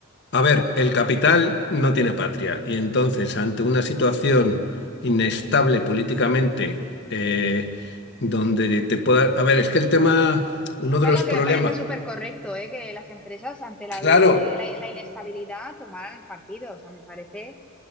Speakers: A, on the left; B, in the centre.
A: A ver, el capital no tiene patria y entonces ante una situación inestable políticamente, eh, donde te pueda... A ver, es que el tema, uno de
B: No,
A: los
B: no,
A: problemas,
B: que me parece súper correcto, ¿eh? que las empresas, ante la
A: claro,
B: duda de la, la inestabilidad, tomaran partido. O sea, me parece